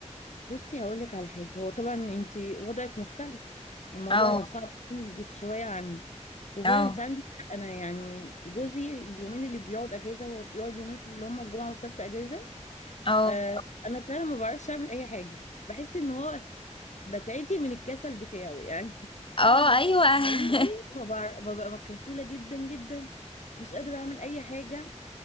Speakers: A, on the left; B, on the left.
A: بصي هقولك على حاجة هو طبعا انتي وضعك مختلف الموضوع
B: اه
A: يبقى صعب عندك شوية عن وفعلا
B: اه
A: انت عندك حق انا يعني جوزي اليومين اللي بيقعد اجازه هو بيقعد يومين في اللي هم الجمعه والسبت اجازه
B: اه
A: آه انا فعلا ما بعرفش اعمل اي حاجه بحس ان هو بتعتي من الكسل بتاعه يعني <laughs>
B: اه ايوه <laughs>
A: حقيقي ما بعرف ببقى كسوله جدا جدا مش قادره اعمل اي حاجه